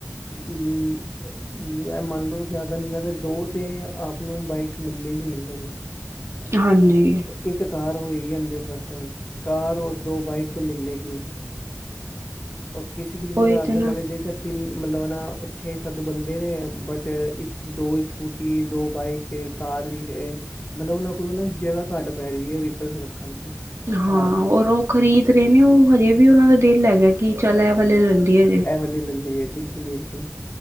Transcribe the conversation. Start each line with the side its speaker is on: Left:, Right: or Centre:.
Left: ਹੂੰ ਐ ਮੰਨ ਲੋ ਜਾਦਾ ਨੀ ਐ ਤੇ ਦੋ ਤੇ ਆਪ ਨੂੰ ਬਾਈਕਸ ਮਿਲੇਗੀ-ਮਿਲੇਗੀ।
Right: ਹਾਂਜੀ।
Left: ਇੱਕ ਕਾਰ ਹੋਏਗੀ ਹੰਡਰੇਡ ਪਰਸੈਂਟ। ਕਾਰ ਹੋਰ ਦੋ ਬਾਈਕ ਤੇ ਮਿਲੇਗੀ। ਹੋਰ ਕਿਸੀ-ਕਿਸੀ ਦੇ
Right: ਉਹੀ
Left: ਘਰ ਤੇ
Right: ਨਾ
Left: ਮੈਨੇ ਦੇਖਿਐ ਮਤਲਬ ਨਾ ਛੇ-ਸੱਤ ਬੰਦੇ ਨੇ, ਬਟ ਇਸ ਦੋ ਸਕੂਟੀ, ਦੋ ਬਾਈਕ ਤੇ ਕਾਰ ਵੀ ਹੈ। ਮਤਲਬ ਉਨ੍ਹਾਂ ਕੋਲੋਂ ਨਾ ਜਗ੍ਹਾ ਘੱਟ ਪੈ ਰੀ ਐ, ਵੀਕਲਸ ਰੱਖਣ ਦੀ।
Right: ਹਾਂ,
Left: ਕਾਰ 'ਚ
Right: ਔਰ ਓ ਖਰੀਦ ਰਹੇ ਨੇ ਓ ਹਜੇ ਵੀ ਉਨ੍ਹਾਂ ਦਾ ਦਿਲ ਹੈਗਾ ਕਿ ਚੱਲ ਐ ਵਾਲੇ ਲਲੀਏ ਹਜੇ
Left: ਹਾਂਜੀ, ਲੱਲ ਲੀਏ। ਬਿਲਕੁਲ-ਬਿਲਕੁਲ,